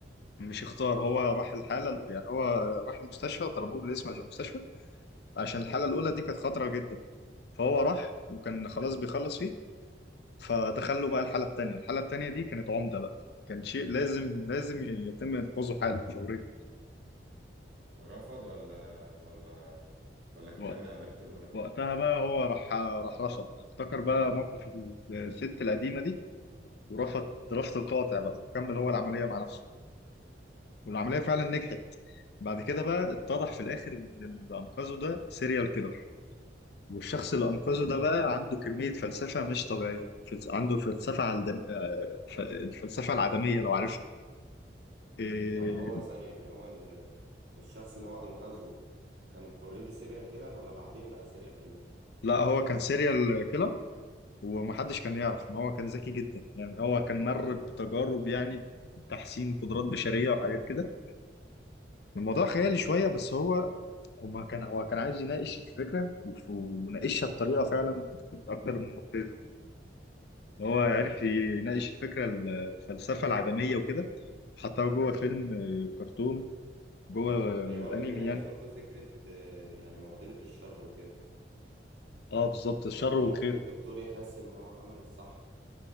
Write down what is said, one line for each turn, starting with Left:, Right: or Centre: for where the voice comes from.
Left: مش اختار هو راح الحالة يعني هو راح المستشفى طلبوه بالاسم عشان المستشفى عشان الحالة الأولى دي كانت خطرة جدا فهو راح وكان خلاص بيخلص فيه فدخله بقى الحالة التانية الحالة التانية دي كانت عمدة بقى كان شيء لازم لازم يتم إنقاذه حالا فوريا
Right: ورفض ولا ولا ولا
Left: وقت-
Right: كمل عمليته الأولى
Left: وقتها بقى هو راح راح رفض افتكر بقى موقف ال- الست القديمة دي ورفض رفض قاطع بقى وكمل هو العملية مع نفسه والعملية فعلا نجحت بعد كده بقى اتضح في الآخر إن اللي أنقذه ده سيريال كيلر والشخص اللي أنقذه ده بقى عنده كمية فلسفة مش طبيعية يعني فلس... عنده فلسفة على الدم... آه، ف... الفلسفة العدمية لو عارفها إيه...
Right: يعني هو ثانية يعني هو ال- الشخص اللي هو أنقذه كان اوريدي سيريال كيلر ولا بعدين بقى سيريال كيلر
Left: لا هو كان سيريال كيلر ومحدش كان يعرف إن هو كان ذكي جدا يعني هو كان مر بتجارب يعني تحسين قدرات بشرية وحاجات كده الموضوع خيالي شوية بس هو هما كان هو كان عايز يناقش الفكرة وف- وناقشها بطريقة فعلا كانت أكتر من مبتذلة ان هو عرف يناقش الفكره الفلسفه العدميه وكده حطها جوه فيلم آه، كرتون جوه آه،
Right: هي برضو
Left: انمي
Right: بيناقش
Left: يعني
Right: برضو فكرة آه، يعني معضلة الشر وكده
Left: اه بالظبط الشر
Right: إن هو
Left: والخير
Right: ممكن الدكتور يحس إن هو عمل الصح